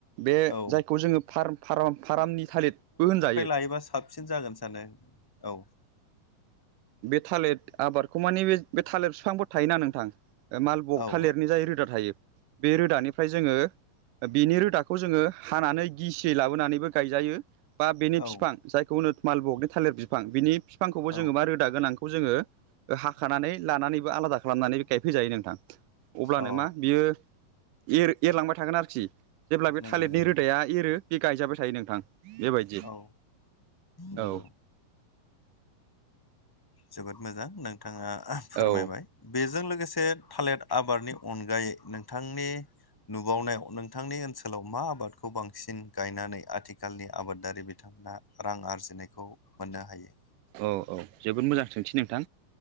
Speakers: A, on the right; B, on the left.
A: बे
B: औ
A: जायखौ जोङो फाराम फार्मनि थालिरबो होनजायो
B: फायोबा साब <inaudible> साबसिन जागोन सानो औ
A: बे थालिर आबादखौ माने बे थालिर बिफांफोर थायोना नोंथां मालबग
B: औ
A: थालिरनि जाय रोदा थायो बे रोदानिफ्राय जोङो बिनि रोदाखौ जोङो हानानै गिसियै लाबोनानैबो गायजायो बा बेनि
B: औ
A: बिफां जायखौ होनो माल बगनि थालिर बिफां बिनि बिफांखौबो
B: औ
A: जोङो मारो दा गोनांखौ जोङो हाखानानै लानानैबो आलादा खालामनानै गायफैजायो नोंथां अब्लानो
B: औ
A: मा बियो एर एरलांबाय थागोन आरोखि जेब्ला बे
B: नंगौ
A: थालिरनि
B: नंगौ
A: रोदाया एरो बे गायजाबाय थायो नोंथां बेबायदि
B: औ नंगौ
A: औ
B: जोबोद मोजां नोंथाङा फोरमायबाय
A: औ
B: बेजों लोगोसे थालिर आबादनि अनगायै नोंथांनि नुबावनायाव नोंथांनि ओनसोलाव मा आबादखौ बांसिन गायनानै आथिखालनि आबादारि बिथां दा रां आरजिनायखौ मोननो हायो
A: औ औ जोबोद मोजां सोंथि नोंथां